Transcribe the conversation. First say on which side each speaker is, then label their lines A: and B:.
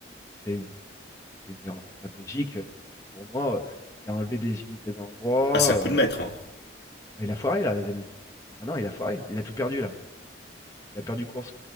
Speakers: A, on the left; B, on the left.
A: c'était une, c'était une erreur stratégique. euh, Enfin, pour moi, euh, il a enlevé des unités d'un endroit.
B: Ah, c'est un coup
A: euh,
B: de maître. hein.
A: ben, il a foiré là, Zelensky. Ah non, il a foiré. Il a tout perdu là. Il a perdu Koursk.